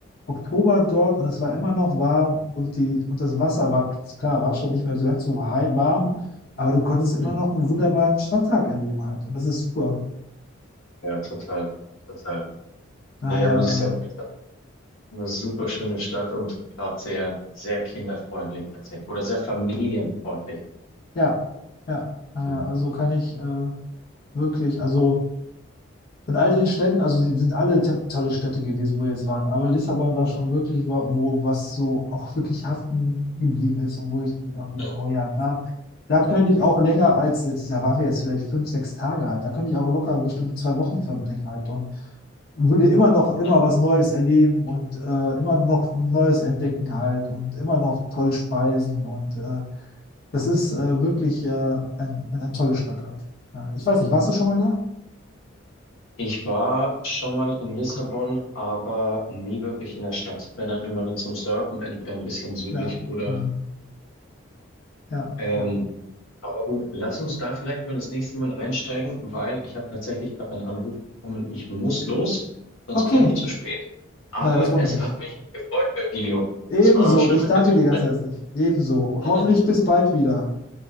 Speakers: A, on the left; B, on the left.
A: Oktober dort und es war immer noch warm und, die, und das Wasser war, klar, war schon nicht mehr so ganz so hei- warm, aber du konntest immer
B: Mhm.
A: noch einen wunderbaren Strandtag erleben halt. Und das ist super.
B: Ja, total, total.
A: Daher,
B: Nee, muss ich sagen, das ist eine super schöne Stadt und gerade sehr, sehr kinderfreundlich tatsächlich oder sehr familienfreundlich.
A: äh, ja, ja, naja,
B: Mhm.
A: also kann ich äh, wirklich, also. von all den Städten, also die sind alle t- tolle Städte gewesen, wo wir jetzt waren, aber Lissabon war schon wirklich, wa- wo was so auch wirklich haften geblieben ist und wo ich gedacht habe,
B: Mhm.
A: oh ja, da, da könnte ich auch länger als, jetzt, da waren wir jetzt vielleicht fünf, sechs Tage halt, da könnte ich auch locker bestimmt zwei Wochen verbringen halt und würde immer noch immer
B: Ja.
A: was Neues erleben und äh, immer noch Neues entdecken halt und immer noch toll speisen und äh, das ist äh, wirklich äh, ein, ein, eine tolle Stadt halt. Ja, ich weiß nicht, warst du schon mal da?
B: Ich war schon mal in Lissabon, aber nie wirklich in der Stadt. Wenn dann immer nur zum Surfen, entweder ein bisschen südlich
A: Klar.
B: oder
A: Hm. Ja,
B: ähm,
A: ja.
B: Aber gut, lass uns da vielleicht mal das nächste Mal einsteigen, weil ich habe tatsächlich gerade einen Anruf bekommen. Ich muss los, sonst
A: Okay,
B: komme ich zu spät. Aber
A: nein, das wollen
B: es
A: wir nicht.
B: hat mich gefreut, Virgilio.
A: Ebenso,
B: Es war schön,
A: ich
B: mit
A: danke
B: dir zu sprechen.
A: dir ganz herzlich. Ebenso.
B: <laughs>
A: Hoffentlich bis bald wieder.